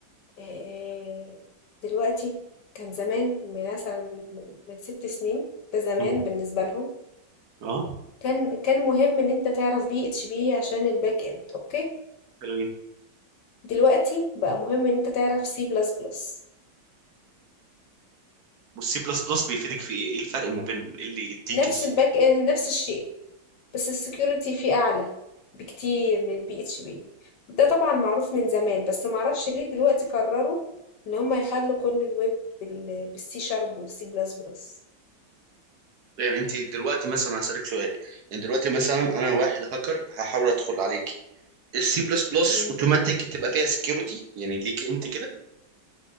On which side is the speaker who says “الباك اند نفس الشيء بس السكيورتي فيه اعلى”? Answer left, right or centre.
Left